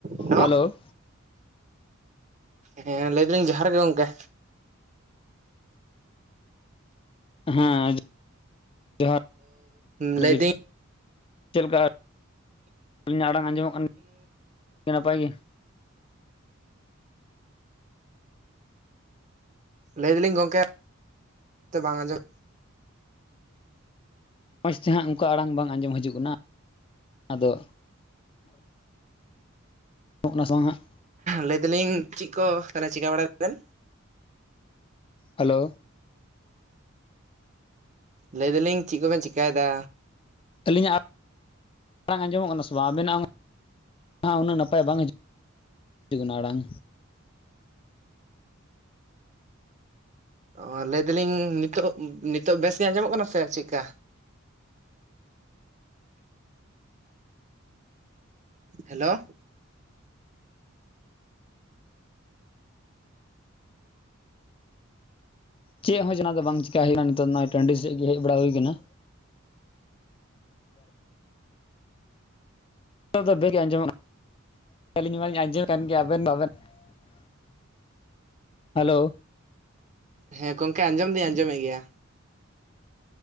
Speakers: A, on the right; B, on the left.
A: Hello
B: hello.
A: ᱦᱮᱸ ᱞᱟᱹᱭ ᱫᱟᱞᱤᱧ ᱡᱚᱦᱟᱨ ᱜᱮ ᱜᱚᱝᱠᱮ᱾
B: ᱦᱮᱸ ᱡᱚᱦᱟᱨ <inaudible>
A: ᱞᱟᱹᱭᱫᱟᱹᱧ ᱞᱟᱹᱭ ᱫᱟᱹᱧ
B: ᱪᱮᱫᱞᱮᱠᱟ? ᱟᱹᱞᱤᱧᱟᱜ ᱟᱲᱟᱝ ᱟᱸᱡᱚᱢᱚᱜ ᱠᱟᱱᱟ ᱟᱹᱰᱤ ᱱᱟᱯᱟᱭ ᱜᱮ᱾
A: ᱞᱟᱹᱭ ᱫᱟᱞᱤᱧ ᱜᱚᱝᱠᱮ <inaudible> ᱵᱟᱝ ᱟᱸᱡᱚᱢ
B: ᱢᱚᱸᱡᱽ ᱛᱮᱦᱟᱸᱜ ᱚᱱᱠᱟ ᱟᱲᱟᱝ ᱵᱟᱝ ᱟᱸᱡᱚᱢ ᱦᱤᱡᱩᱜ ᱠᱟᱱᱟ ᱟᱫᱚ <inaudible> ᱧᱚ <unintelligible> ᱜ ᱠᱟᱱᱟ ᱥᱮ ᱵᱟᱝ ᱦᱟᱸᱜ
A: ᱞᱟᱹᱭᱫᱟᱞᱤᱧ ᱪᱮᱫ ᱠᱚ ᱛᱟᱦᱚᱞᱮ ᱪᱤᱠᱟᱹ ᱵᱟᱲᱟᱭᱟᱵᱮᱱ
B: ᱦᱟᱞᱳ᱾
A: ᱞᱟᱹᱭ ᱮᱫᱟᱞᱤᱧ ᱪᱮᱫ ᱠᱚᱵᱮᱱ ᱪᱤᱧᱠᱟᱭᱮᱫᱟ?
B: ᱟᱹᱞᱤᱧᱟᱜ ᱟᱲᱟᱝ ᱟᱸᱡᱚᱢᱚᱜ ᱠᱟᱱᱟ ᱥᱮ ᱵᱟᱝ ᱟᱵᱮᱱᱟᱜ <inaudible> ᱩᱱᱟᱹᱜ ᱱᱟᱯᱟᱭ ᱵᱟᱝ ᱦᱤᱡᱩᱜ᱾ ᱟᱵᱤᱱᱟᱜ ᱟᱲᱟᱝ
A: ᱚ ᱚ ᱞᱟᱹᱭᱫᱟᱞᱤᱧ ᱱᱤᱛᱚᱜ ᱱᱤᱛᱚᱜ ᱵᱮᱥ ᱜᱤ ᱟᱸᱡᱚᱢᱚᱜ ᱠᱟᱱᱟ ᱥᱮ ᱪᱮᱫᱠᱟ? ᱦᱮᱞᱳ
B: ᱪᱮᱫ ᱦᱚᱸ ᱡᱟᱦᱟᱱᱟᱜ ᱫᱚ ᱵᱟᱝ ᱪᱤᱠᱠᱟ ᱦᱩᱭᱱᱟ ᱱᱤᱛᱚᱜᱜ ᱴᱟᱺᱰᱤ ᱥᱮᱫ ᱜᱮ ᱦᱮᱡ ᱵᱟᱲᱟ ᱦᱩᱭ ᱟᱠᱟᱱᱟ᱾ ᱫᱚ ᱵᱮᱜ ᱜᱮ ᱟᱸᱡᱚᱢᱟ <unintelligible> ᱟᱹᱞᱤᱧ ᱢᱟᱞᱤᱧ ᱟᱸᱡᱚᱢ ᱠᱟᱱ ᱜᱮᱭᱟ ᱟᱵᱮᱱ ᱵᱟᱵᱮᱱ <inaudible> ᱦᱮᱞᱳ
A: ᱦᱮᱸ ᱜᱚᱝᱠᱮ ᱟᱸᱡᱚᱢ ᱫᱚᱭᱧ ᱟᱸᱡᱚᱢᱮᱜ ᱜᱮᱭᱟ᱾